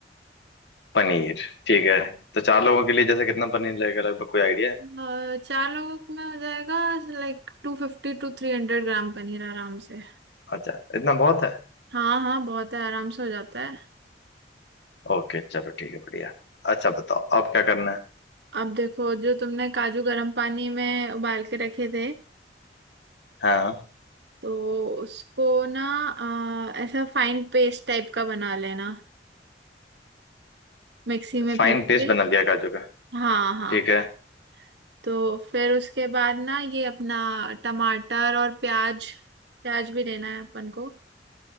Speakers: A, on the left; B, on the right.
A: पनीर ठीक है तो चार लोगों के लिए जैसे कितना पनीर लगेगा लगभग कोई आइडिया है
B: अ, चार लोगों में हो जाएगा लाइक टू फिफ्टी टू थ्री हंड्रेड ग्राम पनीर आराम से
A: अच्छा इतना बहुत है
B: हाँ हाँ बहुत है आराम से हो जाता है
A: ओके चलो ठीक है बढ़िया अच्छा बताओ अब क्या करना है
B: अब देखो जो तुमने काजू गर्म पानी में उबाल के रखे थे
A: हाँ
B: तो उसको ना अ, ऐसा फाइन पेस्ट टाइप का बना लेना मिक्सी में
A: फाइन
B: पीस
A: पेस्ट
B: के
A: बना लिया काजू का
B: हाँ हाँ
A: ठीक है
B: तो फिर उसके बाद ना ये अपना टमाटर और प्याज प्याज भी लेना है अपन को